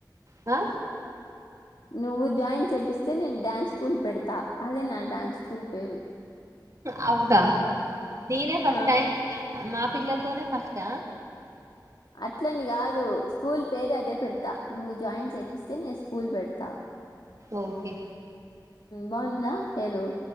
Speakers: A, on the right (about 45°); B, on the left (about 80°).
A: ఆ
B: నువ్వు జాయిన్ చేపిస్తే నేను డ్యాన్స్ స్కూల్ పెడతా అదే నా డ్యాన్స్ స్కూల్ పేరు
A: హవుదా ననే ఫస్ట్
B: ఆ!
A: టై మా పిల్లలతోనే ఫస్ట్
B: అట్లని కాదు స్కూల్ పేరే అదే పెడతా నువ్వు జాయిన్ చేపిస్తే నేను స్కూల్ పెడతా
A: ఓకే
B: బాగుంలా పేరు